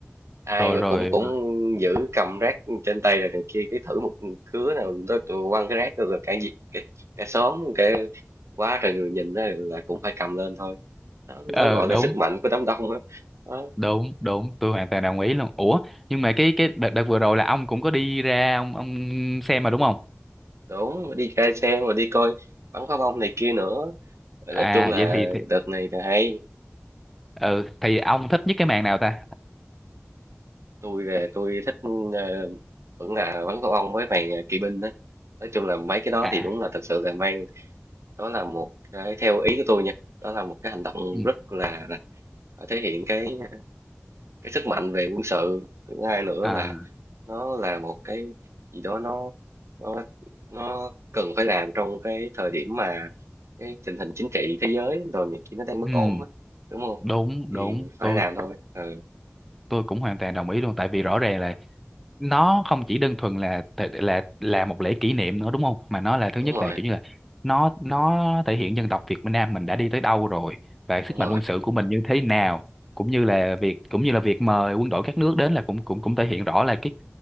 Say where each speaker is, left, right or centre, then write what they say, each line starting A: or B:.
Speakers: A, on the right; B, in the centre.
A: ai
B: rồi
A: mà
B: rồi
A: cũng cũng giữ cầm rác trên tay rồi này kia cái thử một cứa nào tôi, tôi quăng cái rác rồi cả gì cả, cả xóm cả quá trời người nhìn đó là cũng phải cầm lên thôi đó,
B: ờ
A: đó gọi
B: đúng
A: là sức mạnh của đám đông đó, đó
B: đúng đúng tôi hoàn toàn đồng ý luôn ủa nhưng mà cái cái đợt đợt vừa rồi là ông cũng có đi ra ông ông xem mà đúng không
A: đúng đi ra xe mà đi coi bắn pháo bông này kia nữa Rồi
B: à
A: nói chung là
B: vậy thì thì
A: đợt này là hay
B: ừ thì ông thích nhất cái màn nào ta
A: tôi là tôi thích ờ, vẫn là bắn pháo bông với màn ờ, kỵ binh đó nói chung là mấy cái đó
B: à
A: thì đúng là thật sự là mang đó là một cái theo ý của tôi nha đó là một cái hành động
B: ừ,
A: rất là, là thể hiện cái cái sức mạnh về quân sự thứ hai nữa
B: à
A: là nó là một cái gì đó nó nó nó cần phải làm trong cái thời điểm mà cái tình hình chính trị thế giới rồi này kia nó đang bất
B: ừ,
A: ổn á đúng không
B: đúng
A: thì
B: đúng
A: phải
B: tôi
A: làm thôi ừ,
B: tôi cũng hoàn toàn đồng ý luôn tại vì rõ ràng là nó không chỉ đơn thuần là là là một lễ kỷ niệm nữa đúng không mà nó là thứ
A: đúng
B: nhất
A: rồi
B: là kiểu như là nó nó thể hiện dân tộc Việt Nam mình đã đi tới đâu rồi và sức
A: đúng rồi
B: mạnh quân sự của mình như thế nào cũng như là việc cũng như là việc mời quân đội các nước đến là cũng cũng cũng thể hiện rõ là cái